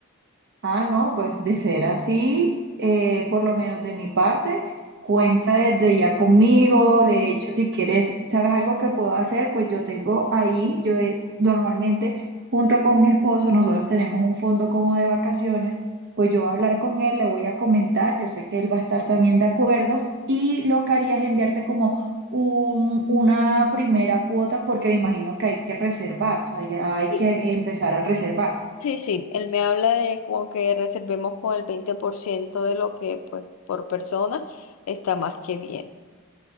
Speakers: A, on the right (about 50°); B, on the left (about 70°).
A: Ah, no, pues de ser así, eh, por lo menos de mi parte, cuenta desde ya conmigo. De hecho, si quieres, ¿sabes algo que puedo hacer? Pues yo tengo ahí, yo he- normalmente junto con mi esposo, nosotros tenemos un fondo como de vacaciones. Pues yo voy a hablar con él, le voy a comentar, yo sé que él va a estar también de acuerdo y lo que haría es enviarte como un- una primera cuota porque me imagino que hay que reservar, o sea, ya hay
B: Sí.
A: que empezar a reservar.
B: Sí, sí, él me habla de como que reservemos con el 20% de lo que pues por persona está más que bien.